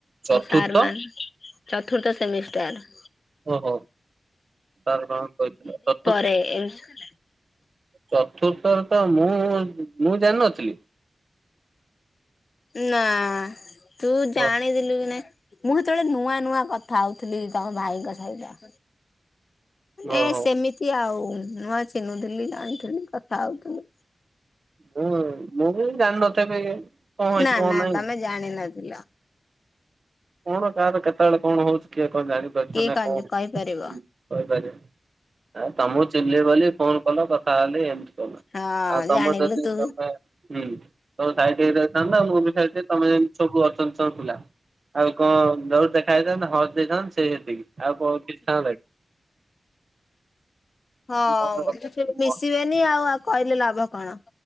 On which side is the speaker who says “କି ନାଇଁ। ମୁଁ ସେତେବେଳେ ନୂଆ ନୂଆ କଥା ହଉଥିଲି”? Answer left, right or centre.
Left